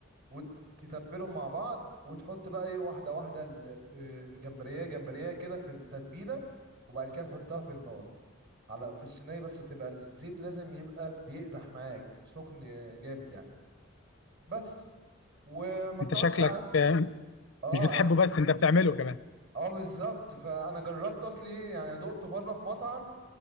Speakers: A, on the right; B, on the left.
A: وتتبلهم مع بعض وتحط بقى ايه واحده واحده ال- آه، جمبريه جمبريه كده في التتبيله وبعد كده تحطها في النار على في الصينيه بس تبقى الزيت لازم يبقى بيقدح معاك سخن آه، جامد يعني بس وما
B: انت
A: بتقعدش
B: شكلك
A: ع...
B: آه،
A: اه
B: مش بتحبه
A: انا
B: بس انت بتعمله كمان
A: اه بالظبط فانا جربت اصلي ايه يعني دقته بره في مطعم